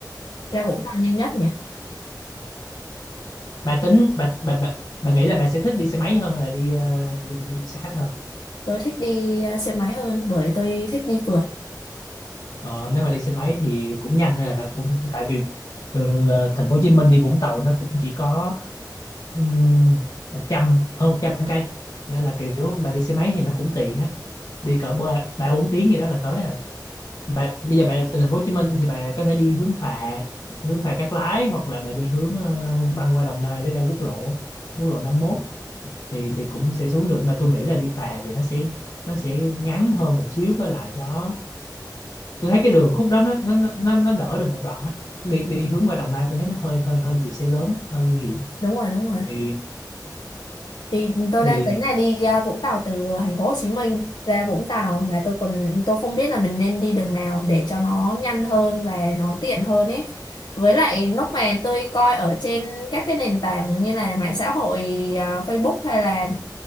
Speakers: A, on the left; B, on the left.
A: ra Vũng Tàu nhanh nhất nhỉ?
B: bà tính bà bà bà, bà nghĩ là bà sẽ thích đi xe máy hơn là đi ờ, đi, đi xe khách hơn
A: Tôi thích đi à, xe máy hơn bởi tôi thích đi phượt.
B: ờ nếu mà đi xe máy thì cũng nhanh là cũng tại vì từ ờ, thành phố Hồ Chí Minh đi Vũng Tàu nó cũng chỉ có um, một trăm hơn một trăm cây nên là kiểu bà đi xe máy thì nó cũng tiện á đi cỡ ba ba bốn tiếng gì đó là tới rồi bà, bây giờ bà từ thành phố Hồ Chí Minh thì bà có thể đi hướng phà hướng phà Cát Lái hoặc là bà đi hướng ờ, băng qua Đồng Nai để ra quốc lộ quốc lộ năm mốt thì thì cũng sẽ xuống được mà tôi nghĩ là đi phà thì nó sẽ nó sẽ ngắn hơn một xíu với lại nó tôi thấy cái đường khúc đó nó nó nó nó nó đỡ được một đoạn á đi đi hướng qua Đồng Nai tôi thấy nó hơi hơi hơi nhiều xe lớn hơi nguy hiểm
A: Đúng rồi, đúng rồi.
B: thì
A: thì tôi
B: thì
A: đang tính là đi à, Vũng Tàu từ thành phố Hồ Chí Minh ra Vũng Tàu là tôi còn tôi không biết là mình nên đi đường nào để cho nó nhanh hơn và nó tiện hơn ấy với lại lúc mà tôi coi ở trên các cái nền tảng như là mạng xã hội à, Facebook hay là